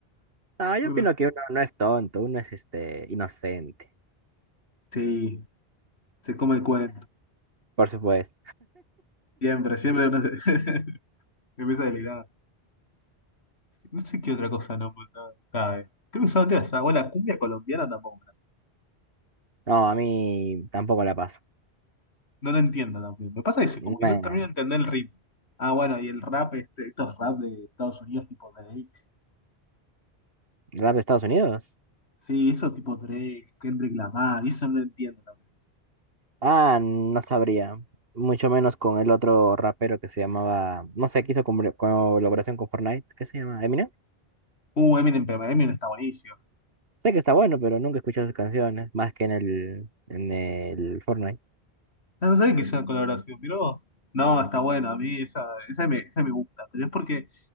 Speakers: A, on the right; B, on the left.
A: No, yo
B: Uno
A: opino
B: es-
A: que uno no es tonto, uno es este inocente.
B: Sí, se come el cuento.
A: Por supuesto.
B: Siempre, siempre uno se- <laughs> empieza delirado. No sé qué otra cosa no, no cabe. Creo que solamente esa. o la cumbia colombiana tampoco. me la-
A: No, a mí tampoco la paso.
B: No lo entiendo también. Me pasa eso,
A: Me...
B: como que no termino de entender el ritmo. Ah, bueno, y el rap, este, estos rap de Estados Unidos tipo Drake.
A: ¿Rap de Estados Unidos?
B: Sí, eso tipo Drake, Kendrick Lamar, y eso no lo entiendo también.
A: Ah, no sabría. Mucho menos con el otro rapero que se llamaba, no sé, que hizo cobra- colaboración con Fortnite, ¿qué se llama? Eminem.
B: Uh, Eminem, pero Eminem está buenísimo.
A: Sé que está bueno, pero nunca he escuchado sus canciones, más que en el, en el Fortnite.
B: Ah, No sé que sea colaboración, pero No, está buena, a mí esa, esa me, esa me gusta, pero es porque